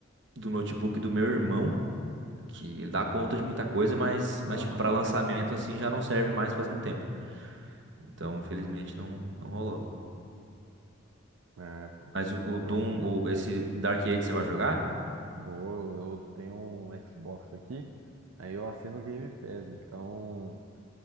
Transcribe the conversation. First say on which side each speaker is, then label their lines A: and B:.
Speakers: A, on the right (about 60°); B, on the right (about 85°).
A: do notebook do meu irmão. que ele dá conta de muita coisa, mas, mas
B: Aham.
A: tipo, para lançamento assim já não serve mais faz um tempo. Então, infelizmente, não, não rolou.
B: É, pô.
A: Mas o, o Doom,
B: Eu,
A: o,
B: eu,
A: esse Dark Age você vai jogar?
B: vou- eu tenho um Xbox aqui, aí eu assino o Game Pass, então.